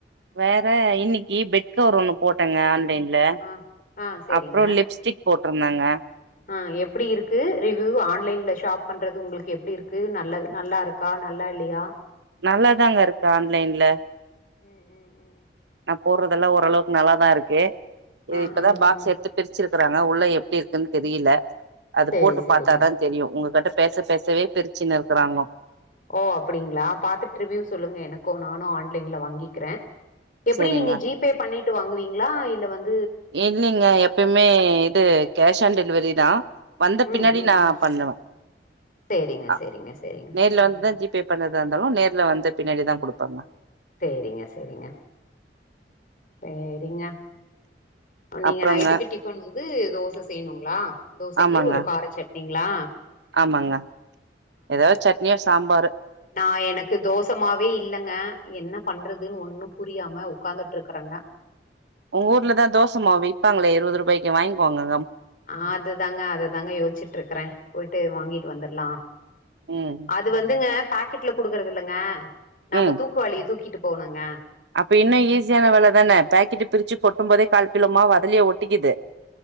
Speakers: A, on the right; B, on the left.
A: வேற இன்னைக்கு பெட் கவர் ஒண்ணு போட்டங்க ஆன்லைன் ல
B: ஆ ஆ சேரிங்க
A: அப்புறம் லிப்ஸ்டிக் போட் என்னங்க
B: ஆஹ எப்படி இருக்கு ரிவ்யூ ஆன்லைன்ல ஷாப் பண்றது உங்களுக்கு எப்படி இருக்கு நல்லா நல்லா இருக்கா நல்லா இல்லையா
A: நல்லாதாங்க இருக்கு ஆன்லைன்ல
B: உம் உம் உம்
A: நான் போடுறதெல்லாம் ஓரளவுக்கு நல்லாதான் இருக்குது இது
B: ஆ
A: இப்பதான்
B: ஆ
A: பாக்ஸ்
B: ஆ
A: எடுத்து பிரிச்சிருக்கறாங்க உள்ள எ எப்படி இருக்குன்னு தெரியல அது
B: சேரி
A: போட்டு
B: சேரிங்க
A: பார்த்தாதான் தெரியும் உங்ககிட்ட பேச பேசவே பிரிச்சுனு இருக்குறாங்க
B: ஓ அப்டீங்ளா பாத்துட்டு ரிவ்யூ சொல்லுங்க எனக்கு நானு ஆன்லைன்ல வாங்கிக்றே <inaudible> எப்டி
A: செரிங்க
B: நீங்க ஜி பே பண்ணிட்டு வாங்குவீங்ளா இல்ல வந்து
A: இல்லைங்க எப்பயுமே இது கேஷ் ஆன் டெலி வரிதா வந்த
B: ம்
A: பின்னாடி
B: ம்
A: நா
B: ம்
A: பண்ணுவ
B: சேரிங்க
A: அ
B: சேரிங்க சேரிங்க
A: நேர்ல
B: ம்
A: வந்துதா ஜி பே பண்றதா இருந்தாலு நேர்ல வந்த பின்னாடி தா குடுப்ப தங்க <unintelligible>
B: சேரிங்க சேரிங்க சேரீங்க நீங்க
A: அப்றோங்க
B: நைட்டுக்கு டிஃபன் வந்து தோச செய்யணுங்ளா தோசைக்கு
A: ஆமாங்க
B: ஒரு கார சட்னி ங்ளா
A: ஆமாங்க ஏதாவது சட்னியோ சாம்பரு
B: நா எனக்கு தோசமா மாவே இல்லங்க என்ன பண்றதுனு ஒன்னு புரியாம உட்கார்ந்துட்டு இருக்றோங்க
A: ஒங்க ஊர்ல தா தோசமாவு விப்பாங்ளே இருபது ரூபா இப்பைக்கு வாங்க்கோங்க
B: ஆ அதுதாங்க அததாங்க யோச்சிட்டு இருக்றே போயிட்டு ட்டு வாங்கிட்டு வந்துறலா
A: ம்
B: அது வந்துங்க பாக்கெட்ல குடுக்குறது இல்லங்க நாம
A: ம்
B: தூக்குவாளிய தூக்கிட்டு போனுங்க
A: அப்ப இன்னு ஈஸியான வேல தான பாக்கெட்டு பிரிச்சு கொட்டும் போதே கால் கிலோ மாவு அதுலியே ஒட்டிக்குது